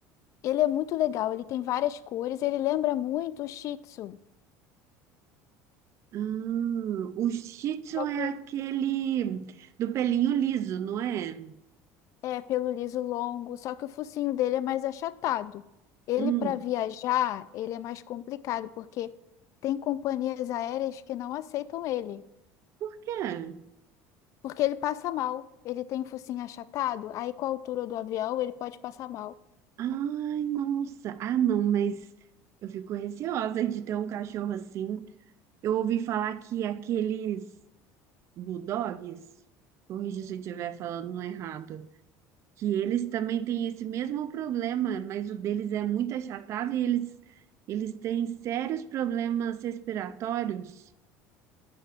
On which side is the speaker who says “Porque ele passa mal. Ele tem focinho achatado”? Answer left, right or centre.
Left